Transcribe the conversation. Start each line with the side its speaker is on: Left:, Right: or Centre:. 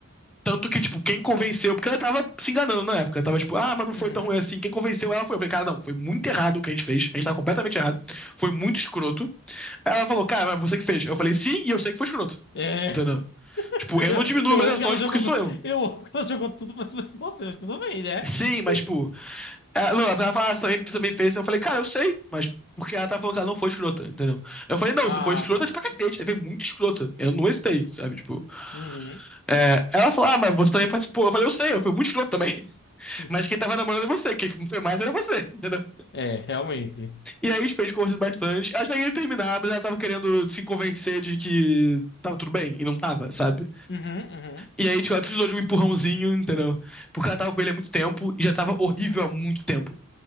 Centre: Tanto que, tipo, quem convenceu, porque ela tava se enganando na época, ela tava tipo, ah, mas não
Left: Uhum.
Centre: foi tão ruim assim. Quem convenceu ela foi, eu falei, cara, não, foi muito errado o que a gente fez, a gente tava completamente errado, foi muito escroto. Aí ela falou, cara, mas você que fez. Eu falei, sim, e eu sei que foi escroto.
Left: É,
Centre: Entendeu?
Left: <laughs>
Centre: Tipo, eu não diminuo
Left: eu,
Centre: meus
Left: eu amo
Centre: ações
Left: que ela jogou,
Centre: porque sou eu.
Left: eu amo que ela jogou tudo pra cima de você, mas tudo bem, né?
Centre: Sim, mas,
Left: <laughs>
Centre: tipo, ela, não, ela falou, ah, você também, você também fez. Eu falei, cara, eu sei, mas porque ela tá falando que ela não foi escrota, entendeu? Eu falei, não,
Left: Ah,
Centre: você foi escrota
Left: tá.
Centre: de pra cacete, você foi muito escrota. Eu não hesitei, sabe? Tipo,
Left: Uhum.
Centre: é, ela falou, ah, mas você também participou. Eu falei, eu sei, eu fui muito escroto também.
Left: <laughs>
Centre: Mas quem tava namorando é você, quem foi mais era você, <laughs> entendeu?
Left: É, realmente.
Centre: E aí os peixes conversam bastante. Acho que ia terminar, mas ela tava querendo se convencer de que tava tudo bem, e não tava, sabe?
Left: Uhum, uhum.
Centre: E aí, tipo, ela precisou de um empurrãozinho, entendeu? Porque ela tava com ele há muito tempo e já tava horrível há muito tempo,